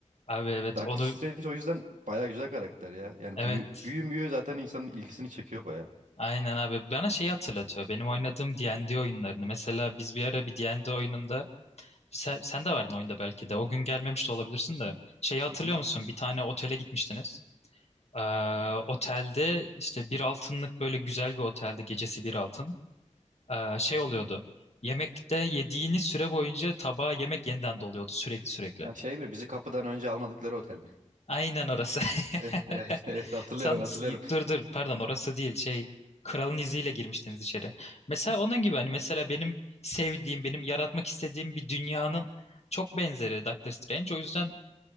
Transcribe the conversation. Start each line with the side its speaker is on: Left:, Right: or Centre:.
Left: Abi evet
Right: Doctor
Left: onu
Right: Strange o yüzden bayağı güzel karakter ya. Yani
Left: evet
Right: büyü, büyü müyü zaten insanın ilgisini çekiyor bayağı.
Left: Aynen abi. Bana şeyi hatırlatıyor. Benim oynadığım D&D oyunlarını. Mesela biz bir ara bir D&D oyununda sen, sen de vardın oyunda belki de. O gün gelmemiş de olabilirsin de. Şeyi hatırlıyor
Right: Hı hı.
Left: musun? Bir tane otele gitmiştiniz. Ee, otelde işte bir altınlık böyle güzel bir otelde gecesi bir altın. Ee, şey oluyordu. Yemekte yediğiniz süre boyunca tabağa yemek yeniden doluyordu sürekli sürekli.
Right: Ha, şey mi bizi kapıdan önce almadıkları otel mi? <laughs>
Left: Aynen orası.
Right: Evet,
Left: <laughs>
Right: evet, evet hatırlıyorum
Left: Sen
Right: hatırlıyorum.
Left: dur dur pardon orası değil şey kralın iziyle girmiştiniz içeri. Mesela onun gibi hani mesela benim sevdiğim benim yaratmak istediğim bir dünyanın çok benzeri Doctor Strange. O yüzden